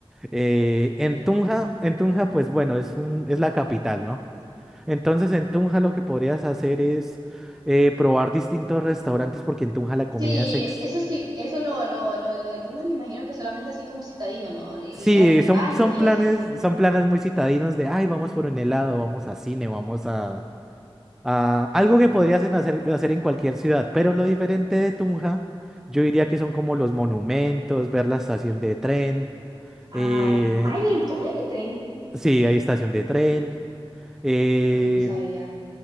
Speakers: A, in the centre; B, on the right.
A: Eh,
B: Sí,
A: en Tunja, en Tunja, pues bueno, es un, es la capital, ¿no? Entonces en Tunja lo que podrías hacer es eh, probar distintos restaurantes porque en Tunja la
B: sí,
A: comida es ex.
B: eso sí, eso lo, lo, lo, lo de Tunja me imagino que solamente así como citadino, ¿no? E Ir
A: Sí,
B: a restaurantes
A: son, son
B: y
A: planes,
B: eso.
A: son planes muy citadinos de, ay, vamos por un helado, vamos a cine, vamos a, Ah, algo que podrías en hacer, hacer en cualquier ciudad, pero lo diferente de Tunja, yo diría que son como los monumentos, ver la estación de tren.
B: Ah,
A: eh,
B: en- ay, en Tunja hay de tren.
A: sí, hay estación de tren. eh,
B: Ah, no sabía.